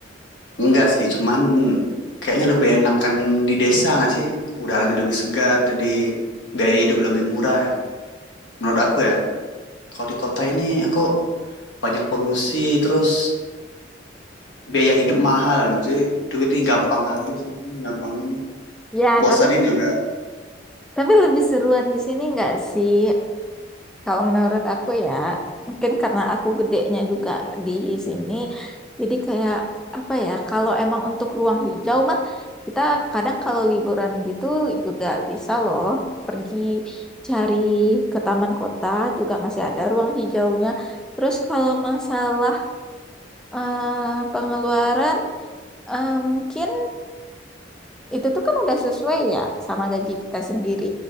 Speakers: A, on the left; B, in the centre.
A: enggak sih cuman kayaknya lebih enakan di desa nggak sih udaranya lebih segar jadi biaya hidup lebih murah ya menurut aku ya kalau di kota ini aku banyak polusi terus biaya hidup mahal jadi duit ini gampang habis itu gampang ini
B: Ya,
A: bosanin
B: tapi
A: juga
B: tapi lebih seruan di sini nggak sih? Kalau menurut aku ya, mungkin karena aku gedenya juga di sini, jadi kayak apa ya, kalau emang untuk ruang hijau mah, kita kadang kalau liburan gitu juga bisa loh pergi cari ke taman kota juga masih ada ruang hijaunya. Terus kalau masalah eh, pengeluaran, eh, mungkin itu tuh kan udah sesuai ya sama gaji kita sendiri.